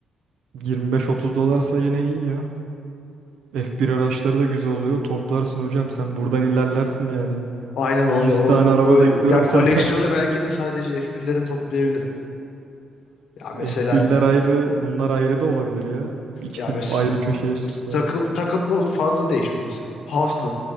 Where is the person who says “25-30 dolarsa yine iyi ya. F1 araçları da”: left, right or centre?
Right